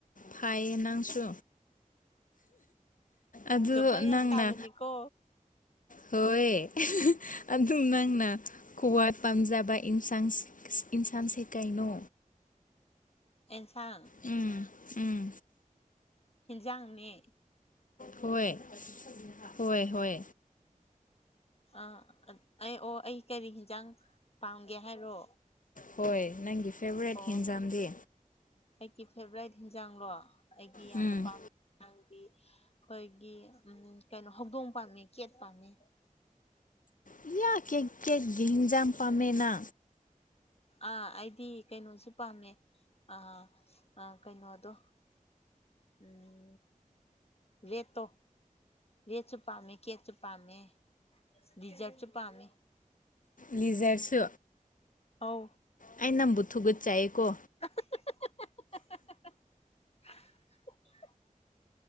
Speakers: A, on the left; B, on the left.
A: ꯐꯌꯦ ꯅꯪꯁꯨ ꯑꯗꯨ
B: ꯖꯣꯀ ꯌꯥꯝ
A: ꯅꯪꯅ
B: ꯇꯥꯕꯅꯤꯀꯣ
A: ꯍꯣꯏ ꯑꯗꯨ ꯑꯗꯨꯝ ꯅꯪꯅ ꯈꯋꯥ ꯄꯥꯝꯖꯕ ꯟꯁꯥꯡ ꯏꯟꯁꯥꯡꯁꯦ ꯀꯥꯏꯩꯅꯣ
B: ꯑꯦꯟꯁꯥꯡ
A: ꯎꯝ ꯎꯝ
B: ꯍꯦꯟꯖꯥꯡ ꯃ
A: ꯍꯣꯏ ꯍꯣꯏ ꯍꯣꯏ
B: ꯑꯥ ꯑꯩ ꯑꯣ ꯑꯩ ꯀꯔꯤ ꯌꯦꯟꯖꯥꯡ ꯄꯥꯝꯒꯦ ꯍꯥꯏꯔꯣ
A: ꯍꯣꯏ ꯅꯪꯒꯤ ꯐꯦꯚꯣꯔꯥꯏꯠ
B: ꯑꯣ
A: ꯍꯦꯟꯖꯝꯗꯤ
B: ꯑꯩꯒꯤ ꯐꯦꯚꯔꯥꯏꯠ ꯌꯦꯟꯖꯥꯡꯂꯣ ꯑꯩꯒꯤ ꯌꯥꯝꯅ
A: ꯎꯝ
B: ꯄꯥꯝꯕ ꯪꯗꯤ ꯑꯩꯈꯣꯏꯒꯤ ꯎꯝ ꯀꯩꯅꯣ ꯍꯧꯗꯣꯡ ꯄꯥꯝꯃꯤ ꯀꯦꯠ ꯄꯥꯝꯃꯤ
A: ꯌꯥ ꯀꯦꯛ ꯀꯦꯛ ꯒꯤꯟꯖꯝ ꯄꯥꯝꯃꯦꯅꯥ
B: ꯑꯥ ꯑꯩꯗꯤ ꯀꯩꯅꯣꯁꯨ ꯄꯥꯝꯃꯦ ꯑ ꯑ ꯀꯩꯅꯩꯅꯣ ꯑꯗꯣ ꯎꯝ ꯂꯦꯠꯇꯣ ꯔꯦꯠꯁꯨ ꯄꯥꯝꯃꯦ ꯀꯦꯛꯁꯨ ꯄꯥꯝꯃꯦ ꯗꯤꯖꯔꯠꯁꯨ ꯄꯥꯝꯃꯦ
A: ꯂꯤꯖꯔꯁꯨ
B: ꯑꯧꯥꯎ
A: ꯑꯩ ꯅꯝꯕꯨ ꯊꯨꯒꯠꯆꯥꯏꯌꯦꯀꯣ
B: <inaudible>